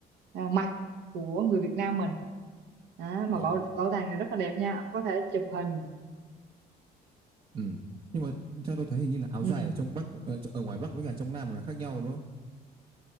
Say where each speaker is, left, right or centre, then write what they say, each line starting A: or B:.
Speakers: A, on the right (about 85°); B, on the right (about 35°).
A: à, mặc của người Việt Nam mình. Đó, mà
B: Ủa?
A: bảo bảo tàng này rất là đẹp nha, ông có thể chụp hình.
B: Ừ. Nhưng mà theo tôi thấy hình như là áo
A: Ừ.
B: dài ở trong Bắc, ở, ở ngoài Bắc với cả trong Nam là khác nhau đúng không?